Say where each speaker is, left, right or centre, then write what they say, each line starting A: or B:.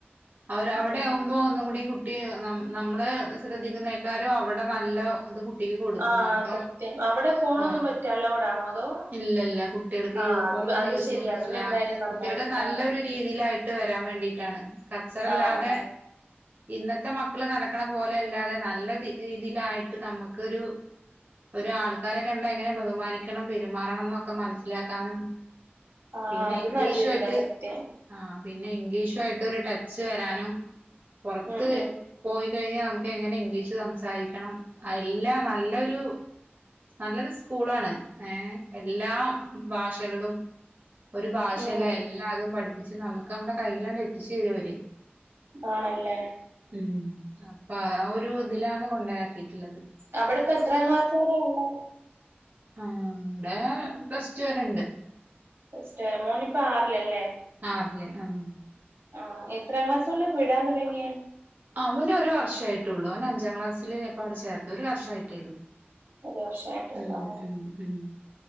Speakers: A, on the right; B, on the right.
A: അവരവിടെ
B: ഉം
A: ആവും പ്പോ ഒന്നും കൂടി കുട്ടി നമ്മള് ശ്രദ്ധിക്കുന്നേക്കാരും അവിടെ നല്ല ഇത് കുട്ടിക്ക് കൊടുക്കും
B: ആ
A: അപ്പ
B: സത്യം അവിടെ ഫോണൊന്നും
A: ആ
B: പറ്റ അലൗഡാണോ അതോ
A: ഇല്ലല്ല കു കുട്ടികൾക്ക്
B: ആ
A: യൂ
B: അത്
A: ഫോണൊന്നും
B: അത്
A: യൂസ്
B: ശരി
A: ചെയ്യാൻ പറ്റില്ല
B: അത് എന്തായാലും നന്നായി
A: കുട്ടികൾ നല്ല
B: ആ
A: രു രീതിയിലായിട്ട് വരാൻ വേണ്ടിട്ടാണ് കച്ചറല്ലാതെ
B: ആ ആ
A: ഇന്നത്തെ മക്കള് നടക്കണ പോലെ അല്ലാതെ നല്ല രീതിയിലായിട്ട് നമക്കൊരു ഒരാൾക്കാരെ കണ്ട എങ്ങനെ ബഹുമാനിക്കണം പെരുമാറണം ന്നൊക്കെ ക്കെ മനസ്സിലാക്കാനും
B: ആ
A: പിന്നെ
B: അത്
A: ഇംഗ്ലീഷു
B: നല്ലൊരിതാ
A: ആയിട്ട്
B: സത്യം
A: ആഹ് പിന്നെ ഇംഗ്ലീഷു ആയിട്ട് രു ടച്ച് വരാനും പുറത്ത്
B: ഉം ഉം
A: പോയി കഴിഞ്ഞാ നമുക്ക് എങ്ങനെ ഇംഗ്ലീഷ് സംസാരിക്കണം എല്ലാം നല്ലൊരു ല്ലൊരു സ്കൂളാണ് ഏ എല്ലാം ഭാഷകളും ഒരു ഭാഷല്ല
B: ഉം
A: എല്ലാ എല്ലാതും പഠിപ്പിച്ച് നമുക്ക് നമ്മുടെ കയ്യിലാണ്ട് എത്തിച്ചു തരും അവര്
B: ആണല്ലേ
A: ഉം അപ്പ ആ ഒരു ഇതിലാണ് കൊണ്ടരാക്കിയിട്ടുള്ളത്
B: അവിടെ ഇപ്പ എത്രാം ക്ലാസ് വരെയ ഉള്ളേ?
A: ആ വിടെ പ്ലസ് ടു വരെണ്ട്
B: സ്റ്റ് മോൻ ഇപ്പ ആറിലല്ലേ?
A: ആപ്പ്ന് ആഹ്
B: ആഹ് എത്രാം ക്ലാസ്സോതലാ വിടാൻ തൊടങ്ങിയേ
A: അവന് ഒരു വർഷായിട്ടോള്ളൂ അവന് അഞ്ചാം ക്ലാസ്സില് ഇപ്പ അവടെ ചേർത്ത് ഒരു വർഷായിട്ടേള്ളൂ
B: ഒരു വർഷായിട്ടുള്ളൂ
A: ഉം
B: ആഹ്
A: ഉം ഉ